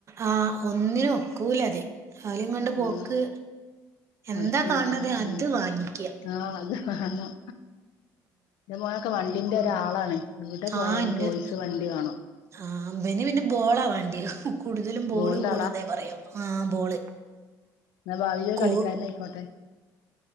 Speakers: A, on the right; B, on the left.
A: ആ ഒന്നിനും ഒക്കൂലതെ അവലും കൊണ്ട് പോക്ക്
B: ആഹ്
A: എന്താ
B: നടക്കൂല
A: കാണത്
B: അതന്നെ പറഞ്ഞു
A: അത് വാങ്ങിക്കാ
B: ആഹ് അത് വേണം എന്റെ മോനൊക്കെ വണ്ടിൻ്റെ ഒരാളാണ് എവിടെ പോയാലും
A: ആ ഇണ്ട്
B: ടോയ്സ് വണ്ടി വാണം
A: ആ ഇബന് പിന്നെ ബോളാ വേണ്ടിയ കൂടുതലും ബോള്
B: ഗോൾഡ്
A: ബോള് എന്ന പറയൂ ആ ബോള്
B: മ ബാവിലൊരു
A: കൂ
B: കളിക്കാരനാ ഇക്കോട്ടേ